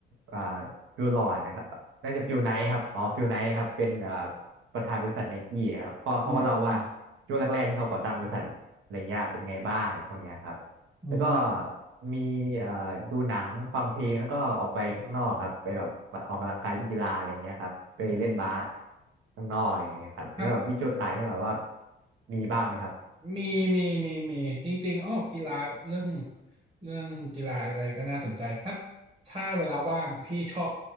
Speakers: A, on the right; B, on the right.
A: อ่าฟิวลอนนะครับน่าจะฟิลไนท์ครับอ๋อฟิลไนท์ครับเป็นอ่าประธานบริษัทไนกี้ครับก็เขาก็เล่าว่า
B: อืมอืม
A: ช่วงแรกๆที่เขาก่อตั้งบริษัทอะไรเงี้ยเป็นไงบ้างอะไรพวกเนี้ยครับ
B: อืมอืม
A: แล้วก็มีอ่าดูหนังฟังเพลงแล้วก็ออกไปข้างนอกครับไปแบบออกกำลังกายเล่นกีฬาอะไรเงี้ยครับไปเล่นบาส
B: อืม
A: ข้างนอกอะไรเงี้ยครับแล้วแบบวิชวลตานี่แบบว่า
B: อ่ะ
A: มีบ้างไหมครับ
B: มีมีมีมีจริงๆอ้อกีฬาเรื่องเรื่องกีฬาอะไรก็น่าสนใจถ้าถ้าเวลาว่างพี่ชอบ